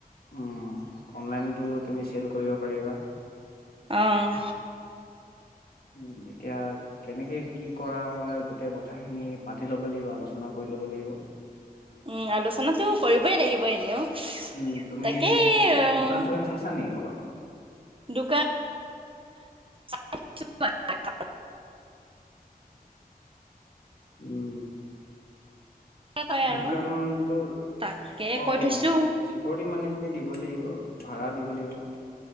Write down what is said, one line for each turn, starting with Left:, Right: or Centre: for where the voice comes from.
Left: উম অনলাইনটো তুমি চেল কৰিব পাৰিবা।
Right: অঁ।
Left: উম এতিয়া কেনেকে কি কৰা হয় গোটেই কথাখিনি পাতি ল'ব লাগিব, আলোচনা কৰি ল'ব লাগিব।
Right: উম আলোচনাটো কৰিবই লাগি ব এনেও
Left: উম, তুমি
Right: তাকে অ
Left: দোকান চোকান চাইছা নেকি ক'ৰবাত?
Right: দোকা <unintelligible>
Left: উম।
Right: তই আৰু
Left: দোকান তোৰ
Right: তাকে
Left: অ
Right: কৈ থৈছো
Left: অ চি চিপ <unintelligible> মানি চানি দিব লাগিব, ভাড়া দিব লাগিব।